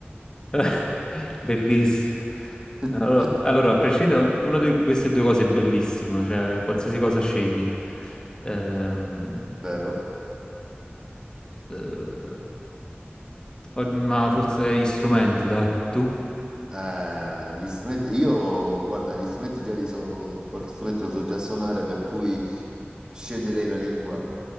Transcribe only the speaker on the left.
<laughs> Bellissimo. Allora,
allora, a prescindere, ogn- una di queste due cose è bellissima, cioè qualsiasi cosa scegli. Ehm,
eh, o- ma forse gli strumenti, dai, tu?